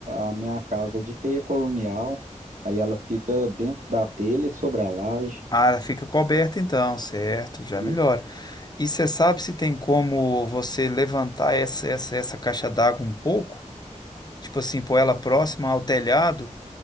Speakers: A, on the right; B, on the left.
A: a minha casa é de teia colonial, aí ela fica dentro da telha, sobre a laje.
B: Ah, ela fica coberta então, certo, já
A: E-
B: melhora. E você sabe se tem como você levantar essa, essa, essa caixa d'água um pouco? Tipo assim, pôr ela próxima ao telhado,